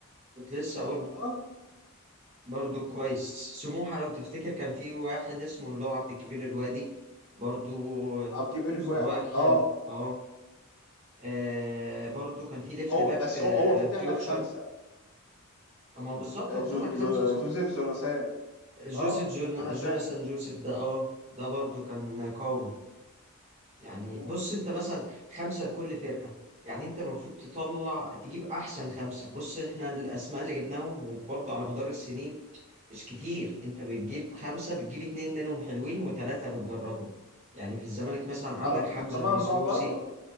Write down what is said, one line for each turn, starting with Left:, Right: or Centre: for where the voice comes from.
Right: كنت لسه اقول
Left: اه
Right: برضه كويس سموحة لو تفتكر كان في واحد اسمه اللي هو عبد الكبير الوادي برضه
Left: عبد الكبير الوي
Right: مستواه
Left: اه
Right: حلو اه آه، برضه كان في ليفت
Left: هو
Right: باك
Left: بس
Right: في
Left: هو هو فاتح
Right: فيوتشر
Left: لك خمسه
Right: ما هو بالظبط
Left: آه،
Right: هو فتح
Left: جو
Right: لك
Left: جو
Right: خمسة صح
Left: جوزيف جوناثان اه
Right: جوزيف جون...
Left: جوناثان
Right: جوناثان جوزيف ده اه ده برضه كان قوي يعني
Left: مم،
Right: بص انت مثلا خمسة لكل فرقة يعني انت المفروض تطلع
Left: مم،
Right: تجيب احسن خمسة بص احنا الاسماء اللي جبناهم وبرضه على مدار السنين مش كتير انت بتجيب
Left: مم.
Right: خمسة بتجيب اتنين منهم حلوين وتلاتة بتجربهم يعني في الزمالك مثلا عندك
Left: على
Right: حمزة
Left: تمام
Right: المسلوسي
Left: بقى بره